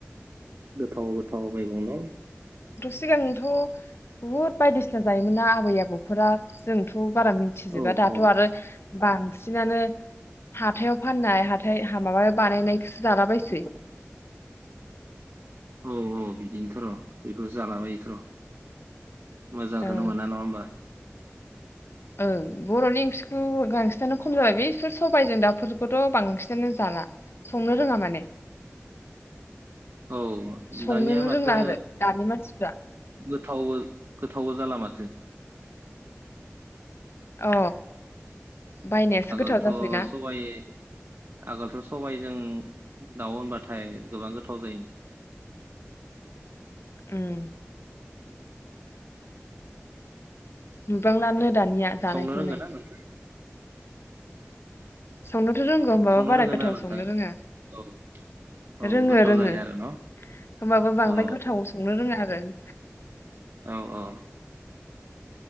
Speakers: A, on the right; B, on the left.
A: द गोथाव गोथाव मैगंनाव
B: आथ' सिगांथ' बुहुद बायदिसिना जायोमोन ना आबै आबौफोरा जोंथ' बारा मिथिजोबा
A: औ
B: दाथ'
A: औ
B: आरो बांसिनानो हाथायाव फाननाय हाथाय माबायाव बानायनायखौसो जालाबायसै।
A: औ औ बिदिनोथ' र' बेखौ जालाबायोथ' र' मोजांखौनो
B: ओं
A: मोना नङा होमबा।
B: ओं बर'नि ओंख्रिखौ बांसिनानो खम जाबाय बे बिसफोर सबायजों दाउफोरखौथ' बांसिनानो जाला संनो रोङा माने।
A: औ
B: संनोनो
A: दानिया माथो
B: रोंला आरो दानि मानसिफ्रा
A: गोथाव गोथावबो जाला माथो।
B: अ बायनायासो
A: आगोलथ'
B: गोथाव जासैना
A: सबाइ आगोलथ' सबाइ जों दाउ होनबाथाय गोबां गोथाव जायोमोन
B: उम नुबांलानो दानिया जानायखौनो
A: संनो रोंगोन ना नोंथां
B: संनो थ' रोंगौ होनोमबाबो
A: संनो
B: बारा
A: रोंगोन
B: गोथाव
A: ना नोंथां
B: संनो रोंङा
A: औ औ
B: रोंङो
A: गोथाव
B: रोंङो
A: जालिया आरो न'
B: होनबाबो बांद्राय
A: औ
B: गोथाव संनो रोंङा आरो <inaudible>
A: औ औ